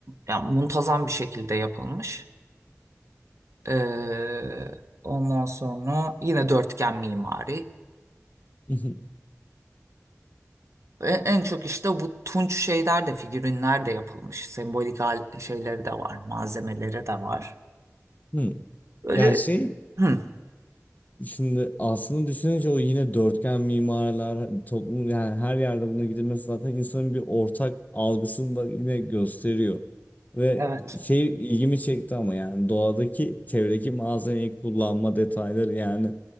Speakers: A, on the right; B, on the left.
A: yani muntazam bir şekilde yapılmış. E, ondan sonra yine dörtgen mimari.
B: <laughs>
A: E, en çok işte bu tunç şeyler de figürinler de yapılmış. Sembolik hal- şeyleri de var, malzemeleri de var.
B: Hmm.
A: Öyle.
B: Yani şey
A: Hı.
B: şimdi aslında düşününce o yine dörtgen mimarlar toplum yani her yerde buna gidilmesi zaten insanın bir ortak algısını da yine gösteriyor. Ve
A: Evet.
B: şey ilgimi çekti ama yani doğadaki çevredeki malzemeyi kullanma detayları yani